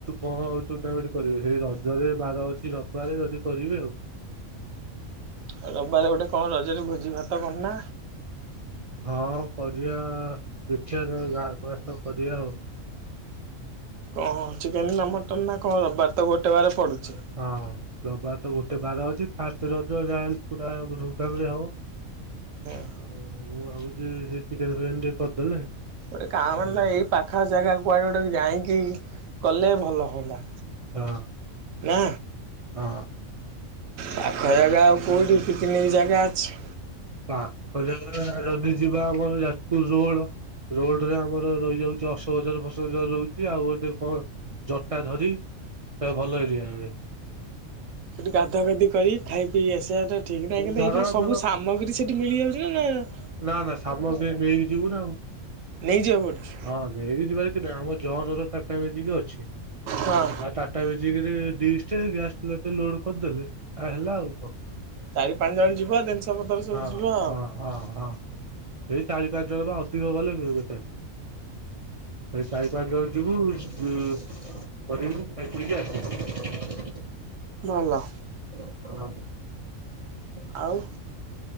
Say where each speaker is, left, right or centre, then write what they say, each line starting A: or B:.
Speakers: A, on the right (about 55°); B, on the right (about 75°).
A: କଣ ଉ ଟୁଣ୍ଣାମେଣ୍ଟ କରିବେ ସେଇ ରଜରେ ବାର ଅଛି ରବିବାରେ ଯଦି କରିବେ ଆଉ
B: ହୁଁ ରବିବାର ଗୋଟେ କଣ ରଜରେ ଭୋଜି ଭାତ କରନା
A: ହଁ କରିବା ଦେଖିବା ଗାଁକୁ ଆସ କରିବା ଆଉ
B: କଣ ଚିକେନ୍ ନା ମଟନ୍ ନା କଣ? ତ ଗୋଟେ ବାର ପଡୁଛି।
A: ହଁ ରବାର ତ ଗୋଟେ ବାର ଅଛି ଫାଷ୍ଟ ରଜ ଯା ହେଉ ପୁରା ଧୁମଧାମ ରେ ହଉ ଆଉ
B: ହଁ
A: ମୁଁ ହଉ ହୁଁ ହୁଁ ସେ ଚିକେନ ଫିକେନ ଟିକେ କରିଦେଲେ
B: ଗୋଟେ କାଁ
A: ଆଉ
B: ମାନ
A: ଭଲ ହୁଅନ୍ତା।
B: ଏଇ ପାଖା ଜାଗା କୁଆଡେ ଗୋଟେ ଯାଇକି କଲେ ଭଲ ହୁଅନ୍ତା
A: ହଁ।
B: ନା।
A: ହଁ।
B: ପାଖ ଜାଗା ଆଉ କେଉଁଠି ପିକନିକ୍ ଜାଗା ଅଛି?
A: ପାଖ ଜାଗା ଯଦି ଯିବା ଆମର ଯାଜପୁର ରୋଡ ରୋଡରେ ଆମର ରହିଯାଉଛି ଅଶୋକଝର ଫସକଜର ରହୁଛି ଆଉ ଗଟେ କଣ ଜଟାଧରି ଭଲ ଏରିଆରେ
B: ସେଠି ଗାଧାଗାଧି କରି ଖାଇ ପିସଆ ଠିକ ନାହିଁ କିନ୍ତୁ
A: ଝରଣା
B: ଏଇ କଣ ସବୁ
A: ଫର
B: ସାମଗ୍ରୀ ସେଠି ମିଳିଯାଉଛି ନା? ହୁଁ।
A: ନା ନା ସାମ ସେ ନେଇକି ଯିବୁ ନା ଆଉ
B: ନେଇଯିବାକୁ ପଡୁଛି
A: ହଁ ନେଇକି ଯିବାର ଆମ ଜର ତା ଟାଟା ମେଜିକ ଅଛି ଆ
B: ହଁ
A: ଟାଟା ମେଜିକରେ ଡ଼ିଶ ଗ୍ୟାସଚୁଲାଟେ ଲୋଡ କରିଦେଲେ ଆଉ ହେଲା ଆଉ କ
B: ଚାରି ପାଞ୍ଚ ଜଣ ଯିବ ଦିନିସ ପତର ସବୁ
A: ହଁ
B: ଯିବ ଆଉ
A: ହଁ ହଁ ହଁ ସେଇ ଚାରିପାଞ୍ଚ ଜଣ ବା ଅଧିକ ଗଲେ ବେକାର, ସେ ଚାରିପାଞ୍ଚ ଜଣ ଯିବୁ କରିବୁ ଖାଇ ପିଇକି ଆସିବୁ।
B: ଭଲ।
A: <unintelligible>
B: ଆଉ।